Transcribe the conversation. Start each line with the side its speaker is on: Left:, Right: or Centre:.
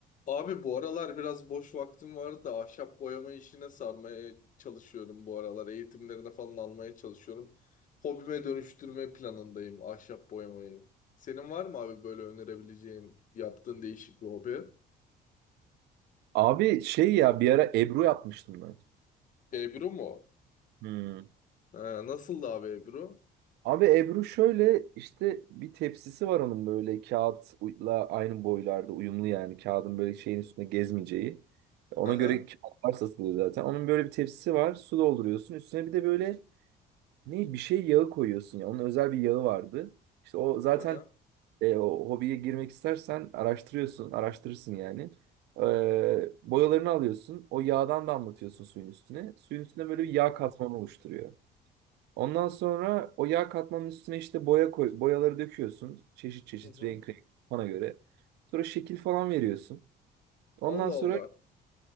Left: Abi bu aralar biraz boş vaktim vardı da ahşap boyama işine sarmaya çalışıyorum bu aralar. Eğitimlerini falan almaya çalışıyorum. Hobime dönüştürme planındayım ahşap boyamayı. Senin var mı abi böyle önerebileceğin yaptığın değişik bir hobi?
Right: Abi şey ya bir ara Ebru yapmıştım ben.
Left: Ebru mu?
Right: Hmm.
Left: Ha, nasıldı abi Ebru?
Right: Abi Ebru şöyle işte bir tepsisi var onun böyle kağıtla aynı boylarda uyumlu yani kağıdın böyle şeyin üstünde gezmeyeceği. Ona
Left: Aha,
Right: göre kağıtlar satılıyor zaten. Onun böyle bir tepsisi var. Su dolduruyorsun. Üstüne bir de böyle Ne bir şey yağı koyuyorsun ya. Onun özel bir yağı vardı. İşte o zaten
Left: aha.
Right: e, o hobiye girmek istersen araştırıyorsun, araştırırsın yani. Ee, boyalarını alıyorsun. O yağdan damlatıyorsun suyun üstüne. Suyun üstüne böyle
Left: Hı
Right: bir
Left: hı,
Right: yağ katmanı oluşturuyor. Ondan sonra o yağ katmanın üstüne işte boya koy, boyaları döküyorsun. Çeşit çeşit
Left: hı hı.
Right: renk renk bana göre. Sonra şekil falan veriyorsun. Ondan
Left: Allah
Right: sonra
Left: Allah.